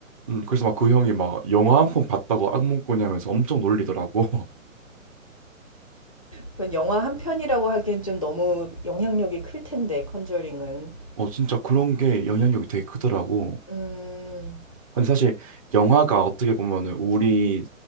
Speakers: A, on the right; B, on the left.
A: 응, 그래서 막 그 형이 막 영화 한 편 봤다고 악몽 꾸냐면서 엄청 놀리더라고. <laughs>
B: 그건 영화 한 편이라고 하기엔 좀 너무 영향력이 클 텐데, 컨저링은.
A: 어, 진짜 그런 게 영향력이 되게 크더라고.
B: 음.
A: 근데 사실 영화가 어떻게 보면은 우리